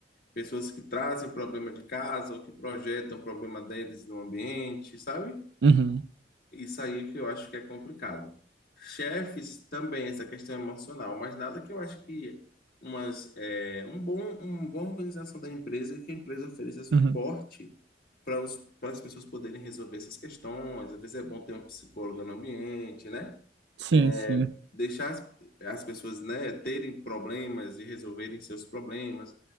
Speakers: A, on the left; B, on the right.
A: Pessoas que trazem problema de casa ou que projetam o problema deles no ambiente, sabe?
B: Uhum,
A: Isso aí que eu acho que é complicado. Chefes também, essa questão emocional, mas nada que eu acho que umas, é, um bom, uma boa organização da empresa é que a empresa ofereça suporte
B: uhum.
A: para os, para as pessoas poderem resolver essas questões. Às vezes é bom ter um psicólogo no ambiente, né?
B: Sim,
A: é,
B: sim.
A: deixar as, as pessoas, né, terem problemas e resolverem seus problemas.